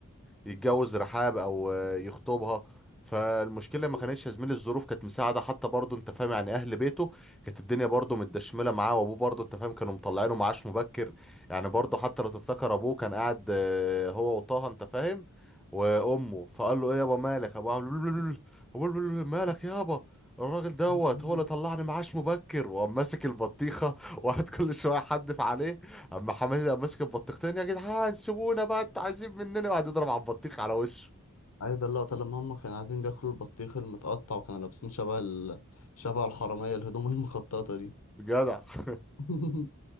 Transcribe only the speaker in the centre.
يتجوز رحاب او آه، يخطبها فالمشكله ما
كانتش يا زميلي الظروف كانت مساعده حتى برضه انت فاهم يعني اهل بيته كانت الدنيا برضه متدشمله معاه وابوه برضه انت فاهم كانوا مطلعينه معاش مبكر يعني برضه حتى لو تفتكر ابوه كان قاعد آه، هو وطه انت فاهم وامه فقال له ايه يابا مالك ابوه عامل <laughs> مالك يابا الراجل دوت
هو اللي طلعني معاش مبكر وقام ماسك البطيخه <laughs> وقعد كل شويه حدف عليه اما حماتي قام ماسك البطيختين يا جدعان سيبونا بقى انتوا عايزين مننا وقعد يضرب على البطيخ على وشه
جدع <laughs>